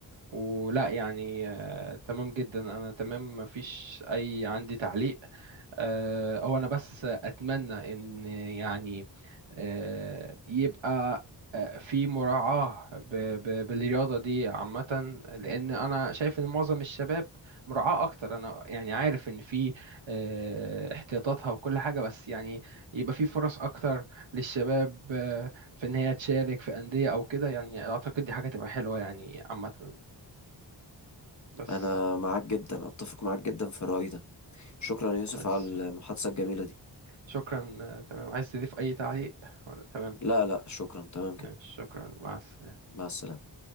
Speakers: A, on the right; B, on the left.
A: ولا يعني أه تمام جدا انا تمام مفيش اي عندي تعليق آه، هو انا بس اتمنى ان يعني آه، يبقى آه، في مراعاة ب- ب- بالرياضة دي عامة لأن أنا شايف إن معظم الشباب مراعاة أكتر أنا يعني عارف إن في آه، احتياطاتها وكل حاجة بس يعني يبقى في فرص أكتر للشباب آه، في إن هي تشارك في أندية أو كده يعني أعتقد دي حاجة تبقى حلوة يعني عامة بس
B: أنا معاك جدا أتفق معاك جدا في الرأي ده شكرا يا يوسف
A: كويس
B: على المحادثة الجميلة دي
A: شكرا آه، تمام عايز تضيف أي تعليق ولا تمام
B: لا لا شكرا تمام كده
A: آه، شكرا مع السلامة
B: مع السلامة